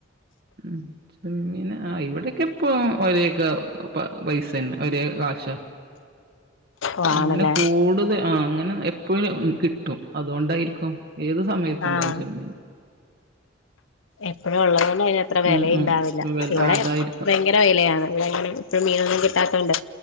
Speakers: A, on the right; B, on the left.
A: ഉം ചെമ്മീന ഇവിടെക്കെ എപ്പ ഒരക്കെ പൈസന്നെ ഒരേ കാശ
B: ഓഹ്
A: അങ്ങനെ
B: ആണല്ലേ
A: കൂടുത ആ അങ്ങനെ എപ്പോഴും കിട്ടും അതുകൊണ്ടായിരിക്കും ഏത് സമയത്തുണ്ടാവും
B: ആഹ്
A: ചെമ്മീൻ
B: എപ്പഴും ഉള്ളത് അത്ര വിലുണ്ടാവില്ല
A: ഉം ഉം വെല
B: ഇവിടെ
A: ആ അതായിരിക്കും
B: ഭയങ്കര വിലയാണ് ഇവിടെങ്ങനെ ഇ മീന ഇതാക്കണ്ട്